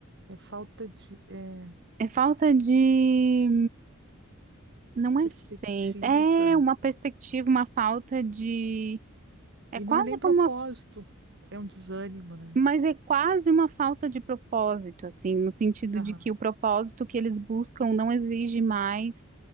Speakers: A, on the right; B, on the right.
A: é falta de é,
B: É falta de. Não é
A: perspectiva,
B: senso. É uma perspectiva, uma falta de. É
A: e
B: quase
A: não é nem propósito,
B: como uma.
A: é um desânimo, né?
B: Mas é quase uma falta de propósito, assim, no sentido
A: Aham,
B: de que o propósito que eles buscam não exige mais.